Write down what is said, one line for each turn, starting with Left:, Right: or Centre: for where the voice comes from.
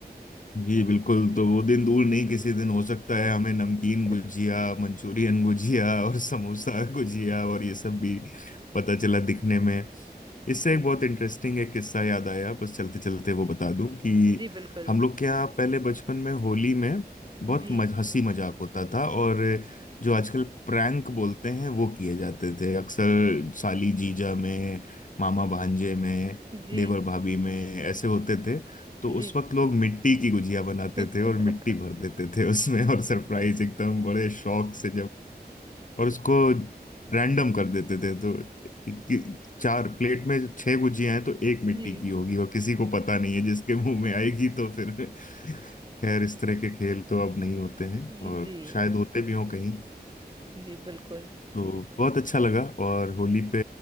Left: जी बिल्कुल
Right: जी
Left: तो वो दिन दूर नहीं किसी दिन हो सकता है हमें नमकीन
Right: <laughs>
Left: गुजिया मंचूरियन गुजिया और समोसा गुजिया और ये सब भी पता चला
Right: जी
Left: दिखने में इससे
Right: जी
Left: एक बहुत इंटरेस्टिंग एक किस्सा याद आया बस चलते चलते वो बता दूं कि
Right: जी बिल्कुल
Left: हम लोग के यहाँ पहले बचपन में होली में बहुत
Right: जी
Left: मज, हंसी मजाक होता था और जो आजकल प्रैंक बोलते हैं वो किए जाते थे अक्सर
Right: जी
Left: साली जीजा में मामा भांजे में
Right: जी
Left: देवर भाभी में ऐसे होते थे तो
Right: जी
Left: उस वक्त लोग मिट्टी की गुजिया बनाते
Right: <laughs>
Left: थे और मिट्टी भर देते थे उसमें और सरप्राइज एकदम बड़े शौक से और उसको रैंडम कर देते थे तो इक्की- चार प्लेट में छह गुजियां हैं तो एक मिट्टी
Right: जी
Left: की होगी और किसी को पता नहीं है जिसके मुंह
Right: <laughs>
Left: में आएगी तो फिर <laughs> खैर इस तरह के खेल तो अब नहीं होते हैं
Right: जी
Left: और शायद होते भी हों कहीं
Right: जी बिल्कुल
Left: तो बहुत अच्छा लगा और होली
Right: जी
Left: पे